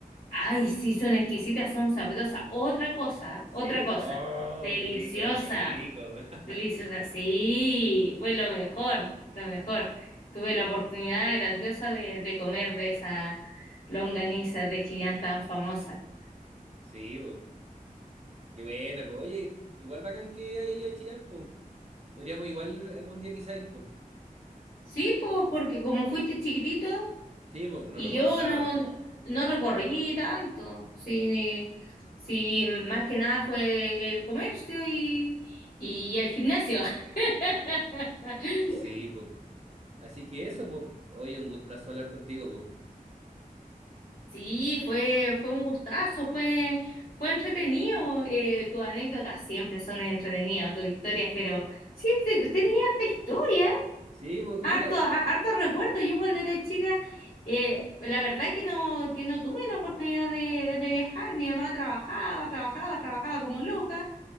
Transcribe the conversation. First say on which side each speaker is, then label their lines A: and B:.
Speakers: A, on the left (about 85°); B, on the right (about 45°).
A: Ay, sí, son exquisitas, son sabrosas. Otra cosa,
B: ¿Sí?
A: otra cosa,
B: Oh,
A: deliciosa.
B: qué rico, qué rico. <laughs>
A: Deliciosa, sí, fue lo mejor, lo mejor. Tuve la oportunidad grandiosa de, de comer de esa longaniza de Chillán tan famosa.
B: Sí, pues. Qué buena, pues. Oye, igual bacán que haya ido a Chillán, pues. Podríamos igual algún día quizá ir, pues.
A: Sí, po, porque como fuiste chiquitito
B: Sí, pues, no
A: y
B: recuerdo
A: yo
B: nada.
A: no, no recorrí tanto, sí, sí, más que nada fue el comercio y, y el gimnasio. <laughs>
B: Sí, pues. Así que eso, pues. Oye, un gustazo hablar contigo, pues.
A: Sí, fue, fue un gustazo, fue, fue entretenido. eh, tus anécdotas siempre son entretenidas, tus historias, pero siempre usted tenía harta historia,
B: Sí, pues,
A: harto,
B: y mira,
A: a- harto recuerdo. Yo cuando era chica, eh, la verdad que no, que no tuve la oportunidad de, de viajar. Mi mamá trabajaba, trabajaba, trabajaba como loca,